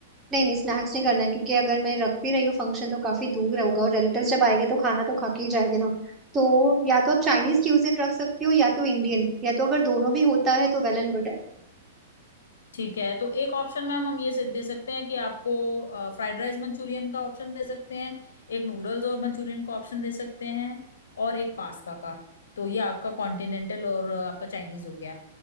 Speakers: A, on the right; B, on the left.
A: नहीं नहीं स्नैक्स नहीं करना है, क्योंकि अगर मैं रख भी रही हूँ फंक्शन तो काफी दूर होगा और रिलेटिव्स जब आएंगे तो खाना तो खा के ही जाएंगे ना तो या तो आप चाइनीज क्यूजिन रख सकती हो या तो इंडियन या तो अगर दोनों भी होता है तो वेल एंड गुड है
B: ठीक है तो एक ऑप्शन मैम हम ये से- दे सकते हैं कि आपको फ्राइड राइस मंचूरियन का ऑप्शन दे सकते हैं एक नूडल्स और मंचूरियन का ऑप्शन दे सकते हैं और एक पास्ता का तो ये आपका कॉन्टिनेंटल और अ, आपका चाइनीज हो गया